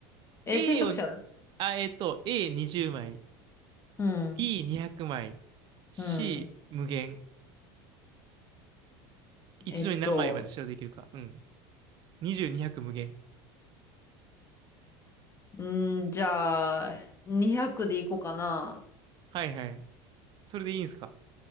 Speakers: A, on the left; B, on the right.
A: え、
B: ?A
A: 選択肢ある
B: を、あ、えっと、A20 枚、
A: うん。
B: B200 枚、C
A: うん。
B: 無限。一度に何枚まで使用できるか。
A: えっと、
B: うん。20、200無限。
A: うーん、じゃあ、200でいこうかな。
B: はいはい。それでいいんすか